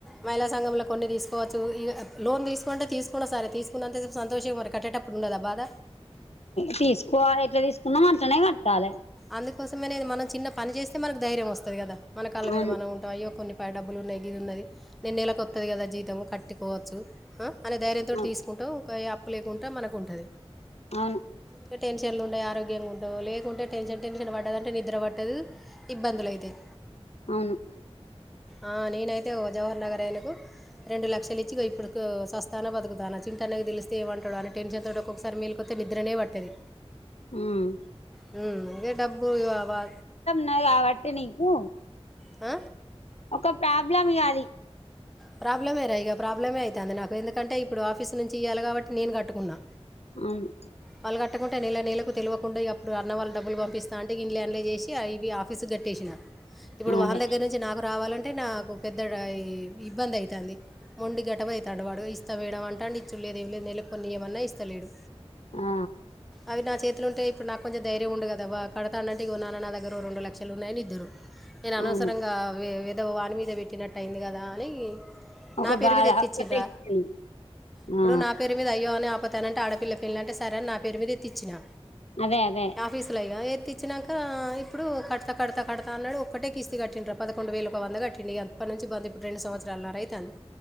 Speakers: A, in the centre; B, on the left.
A: మహిళా సంఘంలో కొన్ని దీసుకోవచ్చు ఇగ లోన్ తీసుకుంటే తీసుకున్నా సరే తీ కున్నంతసేప్ సంతోషంవర కట్టేటప్పుడుండద బాధ
B: తీసుకోవాలెట్ల తీసుకున్నం అట్లనే గట్టాలె
A: అందుకోసమనేది మనం చిన్న పని చేస్తే మనకు ధైర్యం వస్తది గదా మన కళ్ళ
B: అవును
A: మీద మనం ఉంటం అయ్యో కొన్ని డబ్బులున్నయి గిదున్నది నన్నెలకత్తుది గదా జీతం కట్టుకోవచ్చు అనే ధైర్యంతోటి
B: అవును
A: తీసుకుంటావ్ ఒక అప్పు లేకుంటా మనకు ఉంటుంది
B: అవును
A: ఇంక టెన్షన్లు ఉండే ఆరోగ్యంగా ఉండవు లేకుంటే టెన్షన్ టెన్షన్ బడ్డదంటే నిద్ర పట్టదు ఇబ్బందులైతయ్
B: అవును
A: ఆ నేనైతే ఒ జవహర్ నగర్ అయనకు రెండు లక్షలు ఇచ్చి గో ఇప్పుడు సస్తాన బతుకుతానా చింతనైగి తెలిస్తే ఏమంటాడో అని టెన్షన్ తోటి ఒక్కొకసారి మేలుకో నిద్రనే పట్టది
B: హ్మ్
A: హ్మ్ డబ్బు అవా
B: న గాబట్టి నీకు
A: ఆ
B: ఒక ప్రాబ్లం ఇగ అది
A: ప్రాబ్లమే రా ఇగా ప్రాబ్లమే అయితాంది నాకు ఎందుకంటే ఇప్పుడు ఆఫీస్ నుంచి ఇయ్యాల గాబట్టి నేను కట్టుకున్నా
B: అవును
A: వాళ్ళ గట్టకుంటే నెల నెలకు తెల్వకుండా ఇగ అప్పుడు అన్న వాళ్ళు డబ్బులు పంపిస్తాంటే గిన్లే అన్లే చేసి ఇవి ఆఫీస్ ట్టేసిన ఇప్పుడు వాని
B: అదే
A: దగ్గర నుంచి నాకు రావాలంటే నాకు పెద్ద ఇబ్బంది అయితాంది మొండి గటమైతాండు వాడు ఇస్త మేడం అంటాడు ఇచ్చుడు లేదు ఏం లేదు నెలకొన్ని ఇయమన్నా ఇస్తలేడు
B: ఆ
A: అవి నా చేతులో ఉంటే ఇప్పుడు నాకు కొంచెం ధైర్యం ఉండు కద బ కడ అన్నంటిగో నాన్న నా దగ్గరో రొండు లక్షలు ఉన్నయని ఇద్దురు నేను అనవసరంగా
B: అవును
A: వే వాని మీద బెట్టినట్టు అయింది గదా అని
B: ఒక
A: నా పేరు
B: బాధ
A: మీద ఎత్తిచింరా
B: ఒక్కటే గుర్తు.
A: ఇప్పుడు
B: ఆ
A: నా పేరు మీద అయ్యో అనే పతానంటే ఆడపిల్ల పెళ్లంటే సరే అనా పేరు మీద ఎత్తిచ్చినా
B: అదే అదే
A: ఆఫీస్లో ఇగ ఎత్తిచ్చినాక ఇప్పుడు కడతా కడతా కడతా అన్నాడు ఒక్కటే కిస్తీ కట్టిన్రప్పు పదకొండు వేలు ఒక వంద గట్టిండు ఇగ అప్పటి నుంచి బంద్ ఇప్పుడు రెండు సంవత్సరాలున్న ఐతాంది